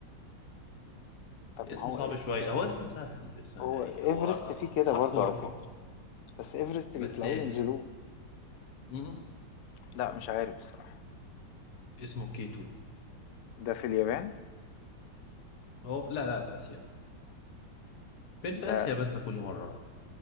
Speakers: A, on the left; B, on the left.
A: <laughs>
B: طب
A: اسمه
B: ما هو
A: صعب
B: إيه؟
A: شوية هو اسمه سهل بس يعني
B: هو ايفرست
A: هو
B: فيه كده
A: حرف
B: برضه
A: ورقم
B: على فكرة بس ايفرست
A: بس
B: بيطلعوه ينزلوه
A: م-
B: لا مش عارف بصراحة
A: اسمه كي 2
B: ده في اليابان
A: هو لا لا في آسيا فين في
B: ده
A: آسيا بنسى كل مرة